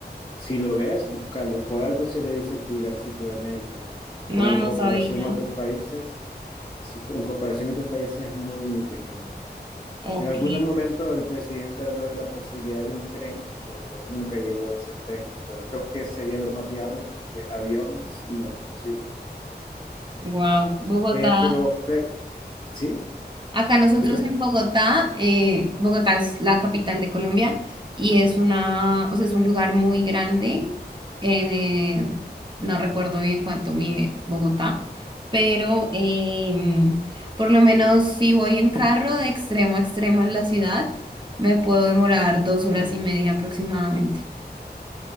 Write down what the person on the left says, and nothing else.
Si lo ves, búscalo. Por algo se le dice el pulgarcito de América.
Con en
comparación
a otros países, sí, en comparación a otros países es muy, muy pequeña.
En algún momento el presidente habló de la posibilidad de un tren, pero pues nunca llegó a ese tren. Pero creo que sería lo más viable porque avión sí no es posible.
Eh, pero Fred, sí,
dime.